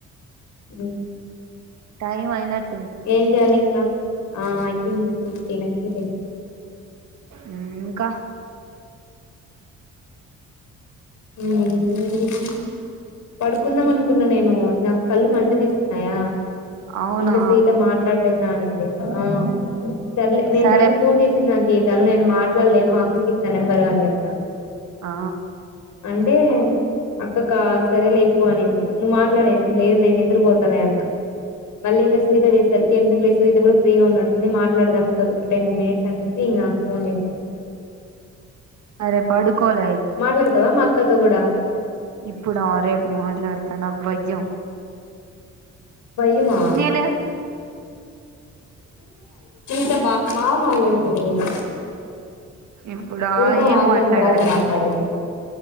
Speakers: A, on the left (about 75°); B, on the right (about 70°).
A: ఉమ్
B: టైమ్ అయినట్
A: ఏం చేయాలింకా ఐ థింక్ <inaudible> ఫిఫ్టీన్ అయ్యింది
B: ఉమ్ ఇంకా
A: ఉమ్ ఎం <unintelligible> పడుకుందాం అనుకున్నా నేను నాకు కళ్ళు మంట తీస్తున్నాయా
B: అవునా
A: ఇంక సీత మాట్లాడదనా అనింది ఆ సర్లే నేను
B: సరే
A: తాను ఫోన్ చేసింది అన్ ఏం తను నేను మాట్లాడ్లేను అక్కకి ఇస్తా నెంబరు అని చెప్న
B: ఆ
A: అంటే అక్క కా సరేలే ఇవ్ వ్వు అనింది నువ్ మాట్లాడే ఏంద్ లేదులే నేన్ నిద్దురుబో తనే అక్క మళ్ళీ ఇంగ సునీత చేస్తాది ఇంకెందుకులే సునీత గుడా ఫ్రీగా ఉన్నట్టుంది మాట్లాడదాం ఒకలు ఒక టెన్ మినిట్స్ అని చెప్పి ఇంగ ఫోన్ చేసా
B: సరే పడుకోలే
A: మాట్లాడతావా మా క్క తో గుడా
B: ఇప్పుడు ఆ రేపు మాట్లాడతా నాకు భయం
A: భయమా
B: నేనే
A: <unintelligible> <unintelligible> మా మాట్లాడతాడికదా
B: ఇప్పుడా
A: మీతో
B: ఏం
A: మాట్లాడింది
B: మాట్లాడాలి
A: రాత్రి మాట్లాడేకి